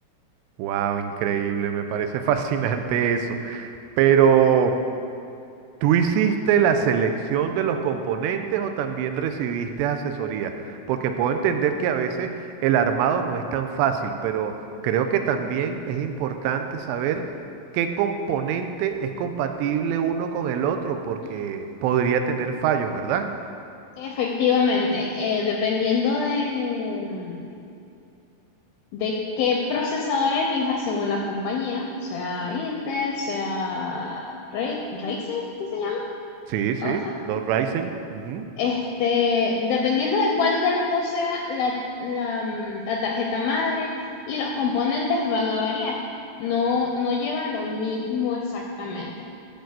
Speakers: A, on the right (about 80°); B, on the left (about 80°).
A: ¡Wow! Increíble, me parece <laughs> fascinante eso. Pero, ¿tú hiciste la selección de los componentes o también recibiste asesoría? Porque puedo entender que a veces el armado no es tan fácil, pero creo que también es importante saber qué componente es compatible uno con el otro, porque
B: Mm,
A: podría tener fallos, ¿verdad?
B: Efectivamente, eh, dependiendo de, de qué procesador elija, según la compañía, sea Intel, sea Ray, Ryzen, ¿qué se llama
A: Sí,
B: la
A: sí,
B: otra?
A: los Ryzen. ujú,
B: Este, dependiendo de cuál de los dos sea la, la, mm, la tarjeta madre y los componentes van a variar. No, no llevan lo mismo exactamente.